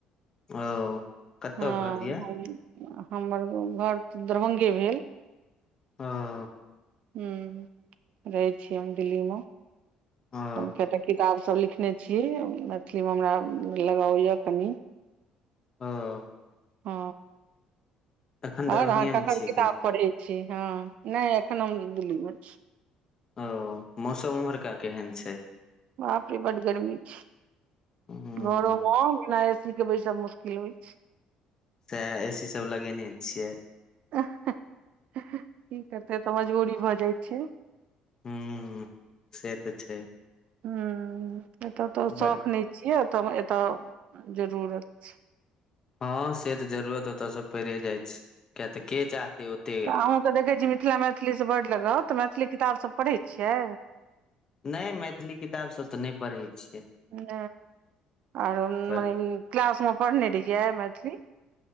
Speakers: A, on the left; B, on the right.
A: ओ कतऽ
B: ह। हम
A: घर यऽ
B: हमर घर तऽ दरभंगे भेल
A: ह
B: हूॅं रहे छीयै हम दिल्ली मे
A: ओ
B: हम किया केटा किताब सब लिखने छी मैथिली मे हमरा लगाव यै कनि
A: हँ
B: हँ
A: एखन
B: ओर
A: दरभंगे
B: अहा ककर
A: मे छियै
B: किताब
A: की
B: पढ़ै छी। हँ नहि एखन हम दिल्ली मे छी।
A: ओ मौसम उम्हरका केहन छै?
B: बापरे बड गरमी छै।
A: हूँ
B: घरो मऽ बिना ए सी के बैसब मुश्किल होइ छै।
A: सेएह ए सी सब लगेने छियै।
B: की करतै तऽ मजबूरी भऽ जाइ छै।
A: ह से तऽ छै।
B: हूं एतय तऽ
A: बट
B: शौख नहि छियै, एतय-एतय जरूरत छै।
A: हँ से तऽ जरूरत ओतऽसँ पड़े जाइ छै किया तऽ के चाहतै ओते
B: अहूँकेऽ देखैत छी मिथिला- मैथिली से बड्ड लगाउ तऽ मैथिली किताब सब पढ़ैत छियै।
A: नै मैथिली किताब सभ तऽ नहि पढ़ैत छियै।
B: नै आर
A: पर
B: मने क्लास में पढ़ने रहियै मैथिली?